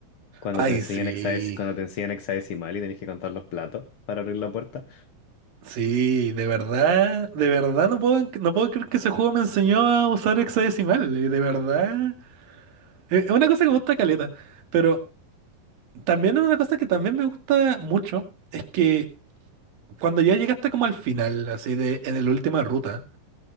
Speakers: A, on the left; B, on the right.
A: cuando
B: Ay,
A: te enseñan
B: sí.
A: hexadecimal, cuando te enseñan hexadecimal y tenés que contar los platos para abrir la puerta.
B: Sí, de verdad, de verdad no puedo, no puedo creer que ese juego me enseñó a usar hexadecimal, eh, de verdad. Es es una cosa que me gusta caleta, pero también es una cosa que también me gusta mucho, es que cuando ya llegaste como al final, así de en la última ruta,